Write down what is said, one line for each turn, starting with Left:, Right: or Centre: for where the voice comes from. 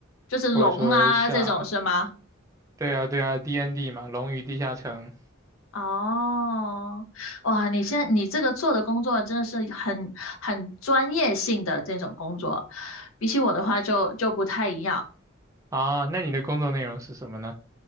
Left: 就是龙啊这种是吗？
Right: 或者说像对啊对啊 D&D N D 嘛，《龙与地下城》
Left: 哦，哇，你现在你这个做的工作真的是很很专业性的这种工作，比起我的话就就不太一样。
Right: <laughs> 啊。那你的工作内容是什么呢？